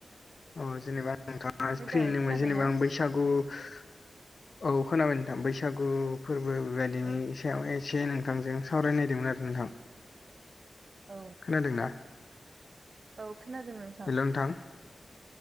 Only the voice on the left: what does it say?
अ जेनेबा नोंथाङा
फ्रियैनो
जेनेबा आं बै बैसागु औ खोनाबाय नोंथां बैसागु फोरबो बे
बे सायाव एसे नोंथांजों सावरायनायदोंमोन आरो नोंथां
खोनादोंना?
हेल नोंथां